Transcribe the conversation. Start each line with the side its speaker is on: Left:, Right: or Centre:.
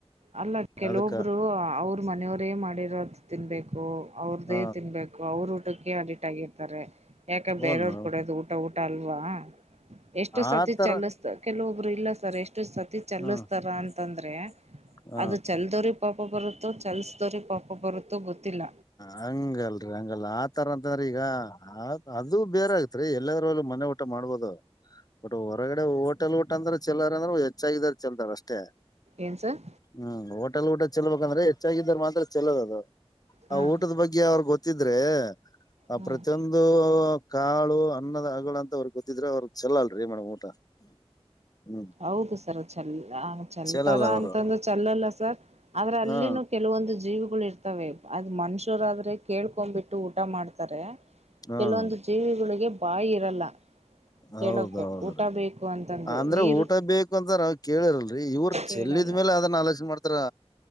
Right: ಅಲ್ಲ ಕೆಲವೊಬ್ರು
Left: ಅದಕ್ಕ
Right: ಅವ್ರ ಮನೆಯವರೇ ಮಾಡಿರೋದು ತಿನ್ಬೇಕು ಅವ್ರದ್ದೇ
Left: ಹ
Right: ತಿನ್ಬೇಕು ಅವ್ರ ಊಟಕ್ಕೆ ಅಡಿಟ್ ಆಗಿರ್ತಾರೆ ಯಾಕ ಬೇರೆಯವರು
Left: ಹನ್ ಮೇಡಮ್
Right: ಕೊಡಾದು ಊ ಊಟ ಊಟ ಅಲ್ವಾ ಎಷ್ಟು ಸತಿ
Left: ಆತರ
Right: ಚಲಿಸತದ ಕೆಲವೊಬ್ರು ಇಲ್ಲ ಸರ್ ಎಷ್ಟು ಸತಿ ಚಲಸ್ತದ
Left: ಹ
Right: ಅಂತಂದ್ರೆ
Left: ಹ
Right: ಅದು ಚಲ್ದವ್ರ ಪಾಪ ಬರುತ್ತೋ ಚಲ್ಸ್ದವ್ರ ಪಾಪ ಬರುತ್ತೋ ಗೊತ್ತಿಲ್ಲ.
Left: ಹಂಗಲ್ರಿ ಹಂಗಲ್ಲ ಅಂತರದೋರು ಈಗ ಅ ಅದು ಬೇರೆ ಆಗ್ತ್ರಿ ಎಲ್ಲರಲ್ಲೂ ಮನೆ ಊಟ ಮಾಡ್ಬೋದು ಬಟ್ ಹೊರಗಡೆ ಹೋಟೆಲ್ ಊಟಲ್ ಅಂದ್ರೆ ಚಲರ್ ಅಂದ್ರರು ಹೆಚ್ಚಾಗಾರ ಚಲದರ್ ಅಷ್ಟೇ
Right: ಏನ್ ಸರ್
Left: ಹ್ಮ್ ಹೋಟೆಲ್ ಊಟಲ ಚೆಲ್ಬೇಕಂದ್ರೆ ಹೆಚ್ಚಾಗಿದ್ದರು ಮಾತ್ರ ಚೆಲೋದು.
Right: ಹಾ
Left: ಆ ಊಟದ ಬಗ್ಗೆ ಅವ್ರ ಗೊತ್ತಿದ್ರೆ ಆ
Right: ಹ್ಮ್
Left: ಪ್ರತಿಯೊಂದು. ಕಾಳು ಅನ್ನದ ಅಗಲ ಅಂತ ಅವ್ರಗ್ ಗೊತ್ತಿದ್ರೆ ಅವ್ರಗ್ ಚೆಲ್ಲಲ್ರೀ ಮೇಡಮ್ ಊಟ ಹ್ಮ್
Right: ಹೌದು ಸರ್ ಚಲ್ ಚಲ್ತಾರ
Left: ಚೆಲ್ಲಲ್ಲ ಅವರು
Right: ಅಂತಂದ್ರೆ ಚೆಲ್ಲಲ್ಲ ಸರ್ ಆದ್ರ ಅಲ್ಲಿನೂ
Left: ಹಾ
Right: ಕೆಲವೊಂದು ಜೀವಿಗಳು ಇರ್ತವೆ ಅದ್ ಮನುಷ್ಯರಾದ್ರೆ ಕೇಳ್ಕೊಂಡ ಬಿಟ್ಟ. ಊಟ ಮಾಡ್ತಾರೆ
Left: ಹಾ
Right: ಕೆಲವೊಂದು ಜೀವಿಗಳಿಗೆ ಬಾಯಿ ಇರಲ್ಲ.
Left: ಹೌದ
Right: ಕೇಳೋಕೆ
Left: ಹೌದ
Right: ಊಟ ಬೇಕು ಅಂತಂದು
Left: ಅಂದ್ರೆ
Right: ನೀರು
Left: ಊಟ ಬೇಕು <unintelligible> ಕೇಳಿರಲ್ರರಿ ಇವರ
Right: ಕೇಳಲ್ಲ
Left: ಚೆಲ್ಲಿದ ಮೇಲ ಅದನ್ನ ಅಲೆಕ್ಷನ್ ಮಾಡ್ತಾರ